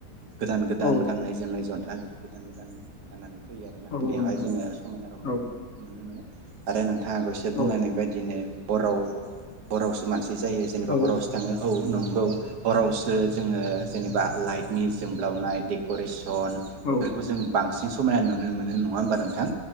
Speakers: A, on the right; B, on the left.
A: गोदान गोदान
B: औ
A: गाननाय जोमनाय जन्था गोदान गोदान गाननानै फैयो आरोना
B: औ
A: बेवहाय
B: नोंथां
A: जोङो समायना रमायना
B: औ
A: नुनो मोनो आरो नों थाङाखौसो बुंलांनाय
B: औ
A: बायदिनो हराव हरावसो मानसि बिदि जायो जेनेबा
B: औ
A: हरावसो थाङो औ नंगौ हराव जोङो जेनेबा लाइट नि जोमब्लावनाय डेक'रेसन बेफोरखौ
B: औ
A: जों बांसिन समायना नुनो मोनो नङा होमबा नोंथां